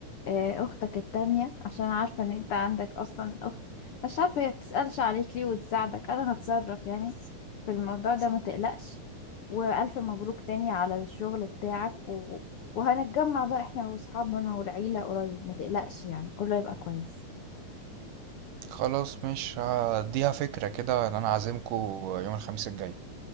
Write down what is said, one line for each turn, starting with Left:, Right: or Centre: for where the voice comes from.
Left: آه، أختك التانية عشان عارفة إن أنت عندك أصلا أخت مش عارفة هي بتسألش عليك ليه وتساعدك أنا هتصرف يعني في الموضوع ده ما تقلقش وألف مبروك تاني على الشغل بتاعك و... وهنتجمع بقى إحنا وأصحابنا والعيلة قريب ما تقلقش يعني كله هيبقى كويس
Right: خلاص مش هديها فكرة كده ان انا عازمكم يوم الخميس الجاي